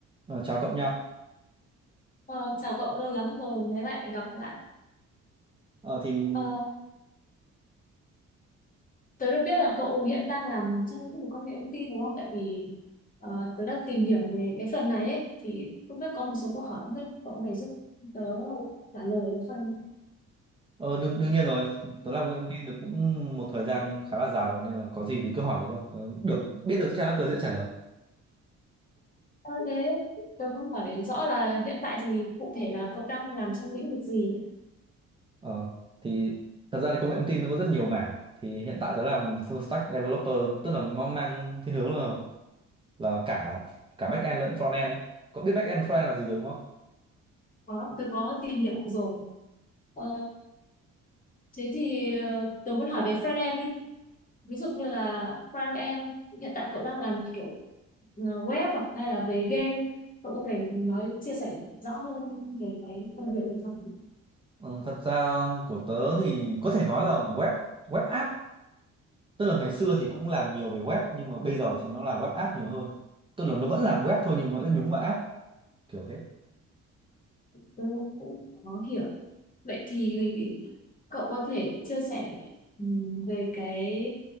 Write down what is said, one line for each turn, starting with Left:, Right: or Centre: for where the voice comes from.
Right: Ờ, chào cậu nha.
Left: Ờ, chào cậu lâu lắm rồi mới lại gặp lại.
Right: Ờ, thì
Left: Ờ, tớ được biết là cậu hiện đang làm trong lĩnh vực công nghệ thông tin đúng không? Tại vì ờ, tớ đang tìm hiểu về cái phần này ấy, thì không biết có một số câu hỏi không biết cậu có thể giúp tớ trả lời được không?
Right: ờ, đương đương nhiên rồi. Tớ làm nguyện viên được cũng một thời gian khá là dài rồi nên là có gì thì cứ hỏi tớ thôi. Tớ được biết được chắc chắn là tớ sẽ trả lời.
Left: Ờ, thế tớ muốn hỏi rõ là hiện tại thì cụ thể là cậu đang làm trong lĩnh vực gì? ấy?
Right: Ờ, thì thật ra thì công nghệ thông tin nó có rất nhiều mảng. Thì hiện tại tớ làm full stack developer tức là nó mang thiên hướng là là cả cả back end lẫn front end ấy. Cậu biết back end front end là gì rồi đúng không?
Left: Có, tớ có tìm hiểu rồi. Ờ, thế thì ờ, tớ muốn hỏi về front end đi. Ví dụ như là front end hiện tại cậu đang làm kiểu ờ, web à? hay là về game cậu có thể nói chia sẻ rõ hơn về cái công việc được không?
Right: Ừ, thật ra của tớ thì có thể nói là web web app tức là ngày xưa thì cũng làm nhiều về web nhưng mà bây giờ thì nó là web app nhiều hơn tức là nó vẫn làm web thôi nhưng mà nó sẽ nhúng vào app kiểu thế
Left: Tôi cũng có hiểu. Vậy thì cậu có thể chia sẻ ừm, về cái